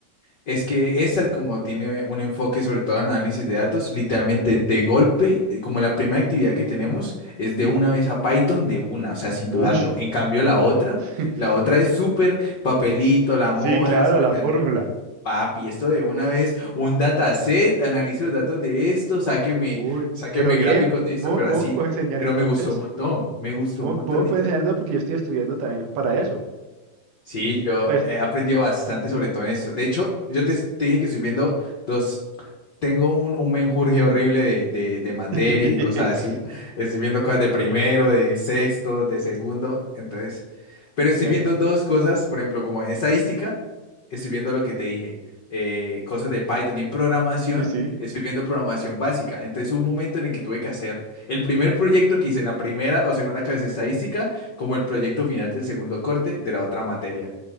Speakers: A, on the left; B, on the right.
A: es que esta como tiene un enfoque sobre todo en análisis de datos, literalmente de golpe, eh, como la primera actividad que tenemos es de una vez a Python, de una, o sea, sin
B: Ush.
A: dudarlo. En cambio la otra,
B: <laughs>
A: la otra es súper papelito, la
B: Sí,
A: moda,
B: claro,
A: ¿sí me
B: la
A: entendés?
B: fórmula.
A: Papi, esto de una vez, un dataset, analice los datos de esto, sáqueme,
B: Uy,
A: sáqueme
B: pero bien,
A: gráficos de esto,
B: vos,
A: pero
B: vos
A: así,
B: me puedes enseñar
A: pero
B: entonces.
A: me gustó un montón, me gustó
B: Vos,
A: un montón
B: vos me puedes enseñar todo porque yo estoy estudiando también para eso.
A: Sí, yo
B: Pues,
A: he aprendido bastante sobre todo en eso. De hecho, yo te, te dije que estoy viendo dos, tengo un, un menjurje horrible de, de, de materias
B: <laughs>
A: y cosas así. Estoy viendo cosas de primero, de sexto, de segundo, entonces, pero estoy
B: pero
A: viendo dos cosas, por ejemplo, como estadística, estoy viendo lo que te dije, eh, cosas de Python y en programación,
B: sí, sí,
A: estoy viendo programación básica. Entonces, hubo un momento en el que tuve que hacer el primer proyecto que hice en la primera o segunda clase de estadística como el proyecto final del segundo corte de la otra materia.